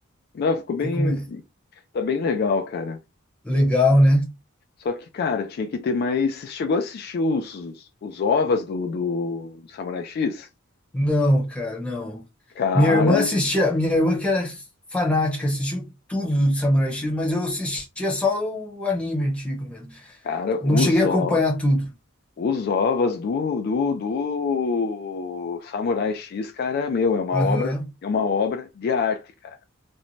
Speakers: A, on the left; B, in the centre.
A: Não, ficou bem.
B: Tem como é-
A: Tá bem legal, cara.
B: Legal, né?
A: Só que, cara, tinha que ter mais. Você chegou a assistir os, os, os OVAs do, do Samurai X?
B: Não, cara, não.
A: Cara,
B: Minha irmã assistia, minha irmã que era fanática, assistiu tudo do Samurai X, mas eu assistia só o anime antigo mesmo.
A: cara,
B: Não
A: os
B: cheguei a acompanhar
A: OVAs.
B: tudo.
A: Os OVAs do, do, do Samurai X, cara, meu, é uma
B: Aham,
A: obra, é uma obra de arte, cara.